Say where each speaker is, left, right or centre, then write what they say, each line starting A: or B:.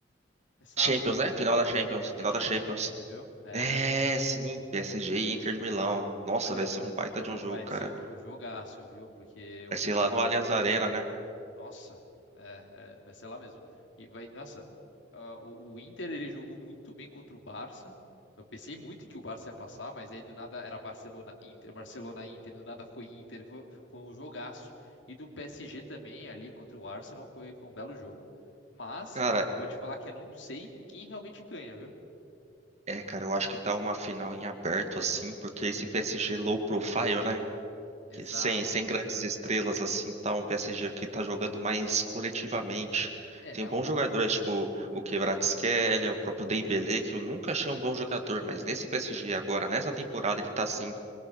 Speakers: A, on the left; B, on the right.
A: É sábado.
B: Champions, né? Final da
A: Vai
B: Champions,
A: ter, vai ter
B: final
A: Champions,
B: da Champions.
A: você viu? É.
B: É, sim, PSG e Inter de Milão. Nossa,
A: Olha,
B: vai ser um baita de
A: vai
B: um jogo,
A: vai
B: cara.
A: ser um jogaço, viu? Porque o
B: Vai ser
A: Inter.
B: lá no Allianz Arena, né?
A: Nossa, é, é, vai ser lá mesmo. E vai, nossa, ah, o, o Inter ele jogou muito bem contra o Barça. Eu pensei muito que o Barça ia passar, mas aí do nada era Barcelona, Inter, Barcelona, Inter, do nada foi Inter, foi, foi um jogaço. E do PSG também ali contra o Arsenal foi, foi um belo jogo. Mas
B: Cara,
A: vou te falar que eu não sei quem realmente ganha, viu?
B: é, cara, eu acho que tá uma final em aberto, assim, porque esse PSG low profile, né?
A: Exato.
B: Que sem, sem grandes estrelas, assim, tá um PSG que tá jogando mais coletivamente.
A: É,
B: Tem
A: é
B: bons
A: um pouco.
B: jogadores, tipo o Kvaratskhelia, o próprio Dembélé, que eu nunca achei um bom jogador, mas nesse PSG agora, nessa temporada, ele tá, assim,